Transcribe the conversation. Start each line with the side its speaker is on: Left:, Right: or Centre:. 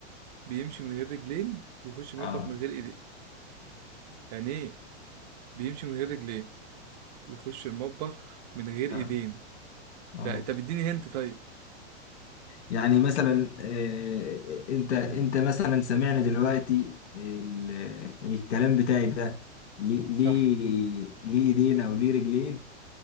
Right: بيمشي من غير رجلين ويخش المطبخ
Left: اه
Right: من غير ايدين يعني ايه بيمشي من غير رجلين ويخش المطبخ من غير
Left: اه
Right: ايدين
Left: اه
Right: ده طب اديني هنت طيب
Left: يعني مثلا
Right: اديني هنت
Left: آه، انت انت مثلا سمعنا دلوقتي ال- الكلام بتاعي ده ليه
Right: صح
Left: ليه ليه ايدين او ليه رجلين